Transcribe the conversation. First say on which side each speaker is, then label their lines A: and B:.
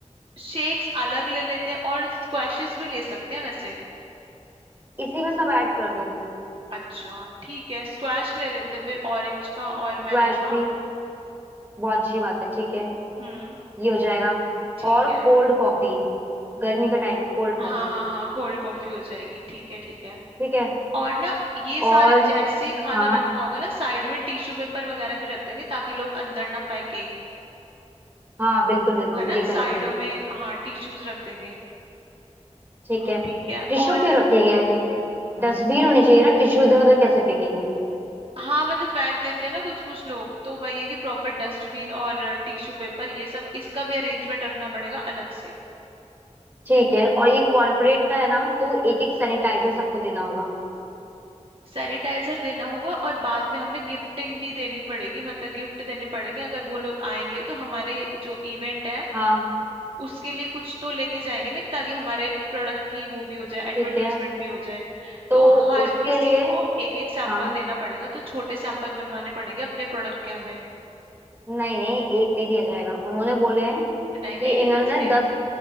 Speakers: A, on the right (about 45°); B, on the right (about 15°).
A: शेक्स अलग ले लेते हैं और स्क्वैशेस भी ले सकते हैं वैसे
B: इसी में सब ऐड कर दो
A: अच्छा ठीक है स्क्वैश ले लेते हैं फिर ऑरेंज का और
B: स्क्वैश
A: मैंगो का
B: भी बहुत अच्छी बात है ठीक है
A: हम्म
B: ये हो जाएगा
A: ठीक
B: और
A: है
B: कोल्ड कॉफी गर्मी का टाइम है कोल्ड कॉफी
A: हाँ हाँ हाँ कोल्ड कॉफी हो जाएगी ठीक है ठीक है
B: ठीक है
A: और ना ये
B: और
A: सारे जैसे ही खाना
B: हाँ
A: रखा होगा ना साइड में टिश्यू पेपर वगैरह भी रख देंगे ताकि लोग अंदर ना फेंके
B: हाँ बिल्कुल बिल्कुल
A: है ना
B: ये
A: साइडों
B: करेंगे
A: में हाँ टिश्यूज रख देंगे
B: ठीक
A: अ,
B: है
A: ठीक है
B: टिश्यू
A: और
B: क्यों रखेंगे डस्टबिन होनी चाहिए ना टिश्यू इधर उधर कैसे फेंकेंगे
A: हाँ मतलब फेंक देते हैं ना कुछ कुछ लोग तो वही है कि प्रॉपर डस्टबिन और टिश्यू पेपर ये सब इसका भी अरेंजमेंट रखना पड़ेगा अलग से
B: ठीक है और ये कॉर्पोरेट का है ना तो एक एक सैनिटाइजर सबको देना होगा
A: सैनिटाइजर देना होगा और बाद में हमें गिफ्टिंग भी देनी पड़ेगी मतलब गिफ्ट देने पड़ेंगे अगर वो लोग आएंगे तो हमारे जो इवेंट है
B: हाँ
A: उसके लिए कुछ तो लेके जाएंगे ना ताकि हमारे प्रोडक्ट की वो भी हो जाए एडवर्टीजमेंट
B: ठीक है
A: भी हो जाए
B: तो
A: तो हर
B: उसके
A: किसी
B: लिए
A: को एक एक सैंपल
B: हाँ
A: देना पड़ेगा तो छोटे सैंपल बनवाने पड़ेंगे अपने प्रोडक्ट के हमें
B: नहीं नहीं एक नहीं दिया जाएगा उन्होंने बोले हैं
A: नहीं नहीं
B: कि इन्होंने
A: जैसे
B: दस